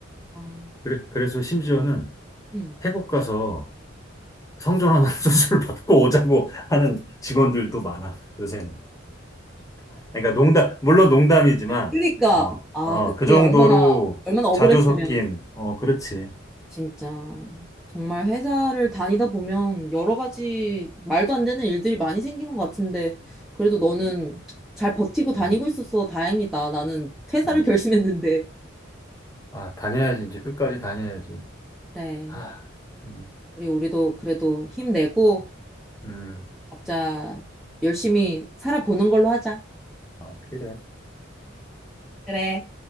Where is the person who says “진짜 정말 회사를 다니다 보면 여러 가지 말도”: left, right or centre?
Centre